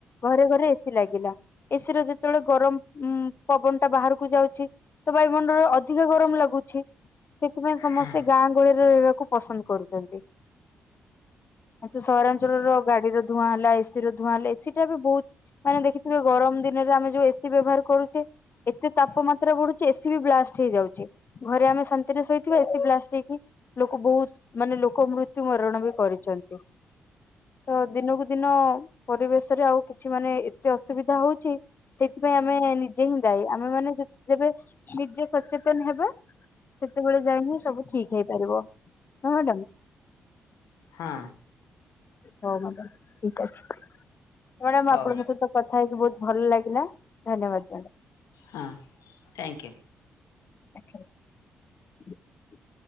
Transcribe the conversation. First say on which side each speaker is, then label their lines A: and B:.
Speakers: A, on the left; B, on the left.
A: ଘରେ ଘରେ ଏସି ଲାଗିଲା ଏସି ର ଯେତେବେଳେ ଗରମ। ଉଁ ପବନ ଟା ବାହାରକୁ ଯାଉଚି ତ ବାୟୁମଣ୍ଡଳରେ ଅଧିକା ଗରମ ଲାଗୁଚି, ସେଥିପାଇଁ ସମସ୍ତେ
B: ହଁ
A: ଗାଁ ଗହଳିରେ ରହିବାକୁ ପସନ୍ଦ କରୁଛନ୍ତି, କିନ୍ତୁ ସହରାଞ୍ଚଳର ଗାଡିର ଧୂଆଁ ହେଲା ଏସି ର ଧୂଆଁ ହେଲା ଏସି ଟା ବି ବହୁତ ମାନେ ଦେଖିଥିବେ ଗରମ ଦିନରେ ଆମେ ଯୋଉ ଏସିି ବ୍ୟବହାର କରୁଚେ, ଏତେ ତାପମାତ୍ରା ବଢୁଚି, ଏସି ବି ବ୍ଲାଷ୍ଟ ହେଇଯାଉଚି, ଘରେ ଆମେ ଶାନ୍ତିରେ ଶୋଇଥିବା ଏସି ବ୍ଲାଷ୍ଟ ହେଇକି ଲୋକ ବୋହୁତ ମାନେ ଲୋକ ମୃତ୍ୟୁ ମରଣ ବି କରିଚନ୍ତି, ତ ଦିନକୁ ଦିନ ପରିବେଶରେ ଆଉ କିଛି ମାନେ ଏତେ ଅସୁବିଧା ହଉଛି ସେଇଥି ପାଇଁ ଆ ଆମେ ନିଜେ ହିଁ ଦାୟୀ, ଆମେ ମାନେ ଯେ ଯେବେ ନିଜେ ସଚେତନ୍ ହେବା ସେତେବେଳେ ଯାଇ ହିଁ ସବୁ ଠିକ ହେଇପାରିବ ହଁ ମ୍ୟାଡ଼ାମ,
B: ହଁ
A: <inaudible> ହଉ ମ୍ୟାଡ଼ାମ ଠିକ୍ ଅଛି। ମ୍ୟାଡାମ୍
B: ହଉ
A: ଆପଣଙ୍କ ସହିତ କଥା କଥା ହେଇକି ବୋହୁତ ଭଲ୍ ଲାଗିଲା। ଧନ୍ୟବାଦ ମ୍ୟାଡ଼ାମ। <inaudible>
B: ହଁ ଥ୍ୟାଙ୍କୟୁ।
A: ଆଛା। <inaudible>